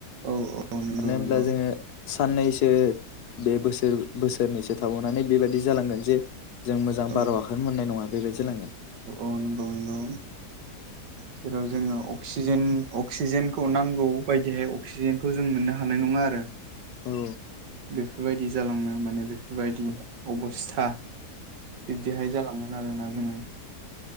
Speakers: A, on the right; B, on the left.
A: औ औ
B: मानो
A: नंगौ
B: होनब्ला
A: नंगौ
B: जोङो साननैसो बे बोसोर बोसोरनैसो थाबावनानै बेबायादि जालांगोन जे जों मोजां
A: औ
B: बारहावाखोनो मोननाय नङा बेबायदि जालांगोन
A: अ नगौ नगौ जेराव जोङो अक्सिजेन अक्सिजेनखौ नांगौ बायदिहाय अक्सिजेनखौ जों मोननो हानाय नङा आरो
B: औ
A: बेफोरबायदि जालांनो माने बेफोरबायदि अबस्था बिब्दिहाय जाालांगोन आरोना जोङो